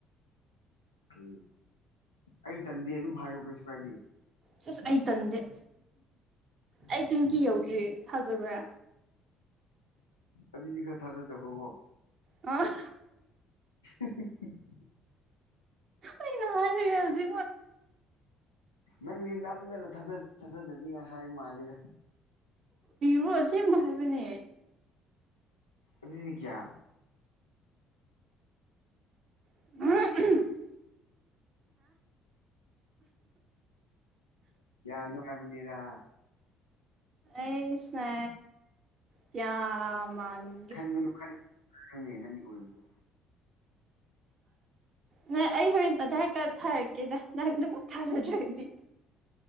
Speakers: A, on the left (about 80°); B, on the right (about 40°).
A: ꯑꯣꯀꯦ ꯑꯩ ꯇꯟꯗꯦ ꯑꯗꯨꯝ ꯍꯥꯏꯌꯨ ꯀꯩꯁꯨ ꯀꯥꯏꯗꯦ
B: ꯆꯁ ꯑꯩ ꯇꯟꯗꯦ ꯑꯩ ꯇꯤꯟꯇꯤ ꯌꯧꯗ꯭ꯔꯤ ꯊꯥꯖꯕ꯭ꯔꯥ
A: ꯑꯗꯨꯗꯤ ꯈꯔ ꯊꯥꯖꯗꯕꯀꯣ
B: ꯑꯥ
A: <inaudible>
B: ꯑꯩ ꯍꯧꯖꯤ
A: ꯅꯪꯁꯤ ꯅꯝꯗꯅ ꯊꯥꯖꯗꯅꯤꯡꯉꯥꯏ ꯍꯥꯏ ꯃꯥꯜꯂꯤꯦꯗ
B: ꯔꯨꯁꯦ ꯃꯥꯏ ꯃꯅꯤꯅꯦ
A: ꯑꯗꯨꯅꯤ ꯀꯌꯥ
B: ꯍ
A: ꯌꯥ ꯅꯨꯡꯉꯥꯏꯕꯅꯤꯔ
B: ꯑꯁ ꯀꯌꯥ ꯃꯥꯅꯤ
A: ꯈꯟꯒꯅꯨ ꯈꯟ ꯈꯕꯅꯤ ꯅꯪꯒꯤ ꯑꯣꯏꯕꯗꯣ
B: ꯅꯪ ꯑꯩ ꯍꯣꯔꯦꯟ ꯑꯙꯥꯔ ꯀꯥꯔꯗ ꯊꯥꯔꯛꯀꯦꯗ ꯅꯪꯗꯨꯕꯨꯨꯛ ꯊꯥꯖꯗ꯭ꯔꯒꯗꯤ